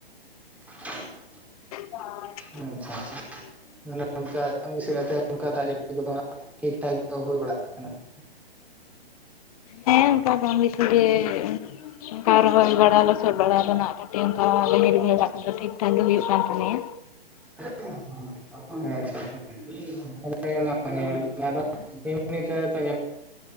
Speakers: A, in the centre; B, on the left.
A: <inaudible>
B: <unintelligible>
A: ᱦᱮᱸ ᱟᱪᱪᱷᱟ ᱟᱪᱪᱷᱟ᱾ ᱢᱟᱱᱮ ᱩᱝᱠᱟ ᱟᱛᱮ ᱩᱱᱠᱟ ᱫᱟᱜ ᱡᱟᱹᱲᱤ ᱠᱚᱫᱚ ᱦᱟᱸᱜ ᱴᱷᱤᱠ ᱴᱷᱟᱠ ᱫᱚ ᱦᱳ ᱵᱟᱲᱟᱜ ᱠᱟᱱᱟ᱾ <inaudible>
B: ᱦᱮᱸ ᱚᱝᱠᱟ ᱠᱚᱢ ᱵᱤᱥᱤ ᱜᱮ᱾ ᱚᱱᱠᱟ ᱨᱚᱦᱚᱭ ᱵᱟᱲᱟ ᱞᱚᱥᱚᱫ ᱵᱟᱲᱟ ᱫᱚ ᱱᱟᱜ ᱠᱟᱹᱴᱤᱡ ᱩᱱᱠᱟ ᱵᱟᱹᱧ ᱨᱤᱢᱤᱞ ᱟᱜ ᱫᱚ ᱴᱷᱤᱠ ᱴᱷᱟᱠ ᱜᱮ ᱦᱩᱭᱩᱜ ᱠᱟᱱ᱾ ᱛᱟᱞᱮᱭᱟ
A: ᱦᱮᱸ ᱟᱪᱪᱷᱟ <unintelligible> <unintelligible> ᱛᱚ